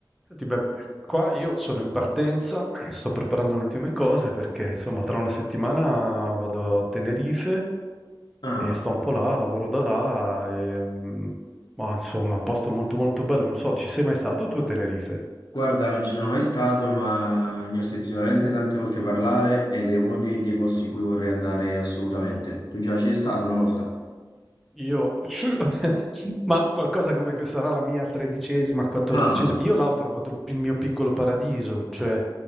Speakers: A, in the centre; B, on the left.
A: Senti, beh, qua io sono in partenza, sto preparando le ultime cose perché insomma tra una settimana vado a Tenerife
B: Ah,
A: e sto un po' là, lavoro da là e, mm, ma insomma è un posto molto molto bello, non so, ci sei mai stato tu a Tenerife?
B: guarda, non ci sono mai stato, ma ne ho sentito veramente tante volte parlare ed è uno dei, dei posti in cui vorrei andare assolutamente. Tu già ci sei stato una volta?
A: Io <laughs> ma qualcosa come che sarà la mia tredicesima, quattordicesima.
B: Ah,
A: Io là ho trovato il, il mio piccolo paradiso, cioè